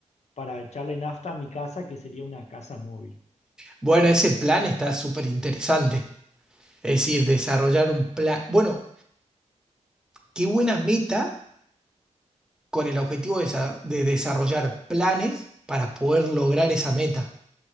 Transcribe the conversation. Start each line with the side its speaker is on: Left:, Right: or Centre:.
Left: para echarle nafta a mi casa, que sería una casa móvil.
Centre: Bueno, ese plan está súper interesante. Es decir, desarrollar un plan. Bueno, qué buena meta con el objetivo de, desa- de desarrollar planes para poder lograr esa meta.